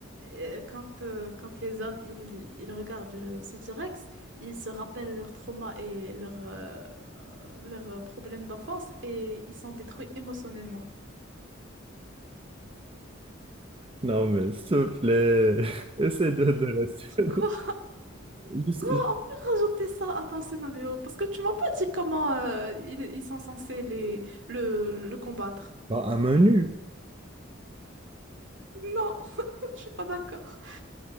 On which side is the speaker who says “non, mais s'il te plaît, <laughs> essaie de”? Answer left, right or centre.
Right